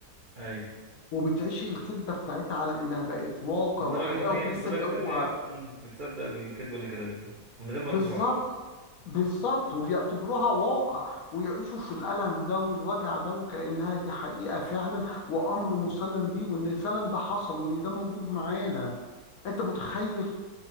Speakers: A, on the right; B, on the left.
A: أيوة
B: وبتعيش الكذبة بتاعتها على إنها بقت واقع
A: لدرجة
B: وحقيقة
A: إن هي
B: وبيصدقوها
A: لدرجة إن هي بت... بتصدق الكذبة اللي كذبتها من غير ما
B: بالظبط
A: تشعر
B: بالظبط وبيعتبروها واقع ويعيشوا في الألم ده والوجع ده وكأنها دي حقيقة فعلا وأمر مسلم بيه وإن فعلا ده حصل وإن ده موجود معانا أنت متخيل